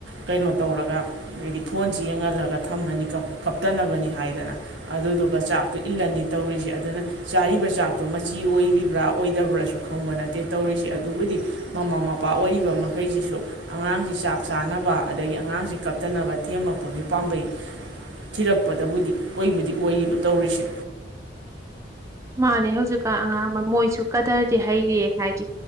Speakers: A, on the right (about 75°); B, on the right (about 15°).
A: ꯀꯩꯅꯣ ꯇꯧꯔꯒ ꯍꯥꯏꯗꯤ ꯐꯣꯟꯁꯤ ꯌꯦꯡꯍꯜꯂꯒ ꯊꯝꯃꯅꯤ ꯀꯞꯇꯅꯕꯅꯤ ꯍꯥꯏꯗꯅ ꯑꯗꯨꯗꯨ ꯆꯥꯛꯇꯣ ꯏꯜꯂꯅꯤ ꯇꯧꯔꯤꯁꯦ ꯑꯗꯨꯅ ꯆꯥꯔꯤꯕ ꯆꯥꯛꯇꯣ ꯃꯆꯤ ꯑꯣꯏꯔꯤꯕ꯭ꯔꯥ ꯑꯣꯏꯗꯕ꯭ꯔꯥꯁꯨ ꯈꯪꯕ ꯅꯠꯇꯦ ꯇꯧꯔꯤꯁꯦ ꯑꯗꯨꯕꯨꯗꯤ ꯃꯃꯥ ꯃꯄꯥ ꯑꯣꯏꯔꯤꯕ ꯃꯈꯩꯁꯤꯁꯨ ꯑꯉꯥꯡꯁꯤ ꯆꯥꯛ ꯆꯥꯅꯕ ꯑꯗꯒꯤ ꯑꯉꯥꯡꯁꯤ ꯀꯞꯇꯅꯕ ꯊꯦꯝꯃꯛꯄꯒꯤ ꯄꯥꯝꯕꯩ ꯊꯤꯔꯛꯄꯗꯕꯨꯗꯤ ꯑꯣꯏꯕꯨꯗꯤ ꯑꯣꯏꯔꯤꯕ ꯇꯧꯔꯤꯁꯦ
B: ꯃꯥꯅꯦ ꯍꯧꯖꯤꯛꯀ ꯑꯉꯥꯡ ꯃꯣꯏꯁꯨ ꯀꯗꯔꯗꯤ ꯍꯩꯔꯦ ꯍꯥꯏꯗꯤ